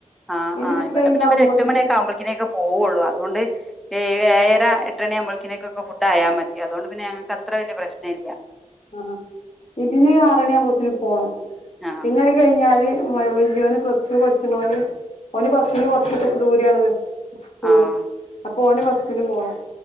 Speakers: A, in the centre; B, on the left.
A: ആഹ്
B: പിന്നെ
A: ആഹ്
B: അത്
A: ഇവിടെ
B: കഴിഞ്ഞാവുമ്പോത്തിന്
A: പിന്നെ ഇവര് എട്ട് മണിയൊക്കെയാകുമ്പോളക്കിനെക്കെപോവുള്ളൂ അതുകൊണ്ട് ഏയ് ഏയര എട്ടണിയാകുമ്പളേക്കിനേക്കൊക്കെ ഫുഡ് ആയാ മതി അതുകൊണ്ട് പിന്നെ ഞങ്ങക്ക് അത്ര വലിയ പ്രശനയില്ല
B: ആഹ് ഇതിന് ആറണി ആവുമ്പളത്തിന് പോണം
A: ആഹ്
B: പിന്നെ കഴിഞ്ഞാല് വ വെല്യോന് പ്ലസ്ടു പഠിച്ചണോന് ഓന് ബസ്സിന് കൊറച്ച് ദൂ ദൂര ആണ് പൂവാ
A: ആഹ്
B: അപ്പൊ ഓന് ബസ്സിന്പോണം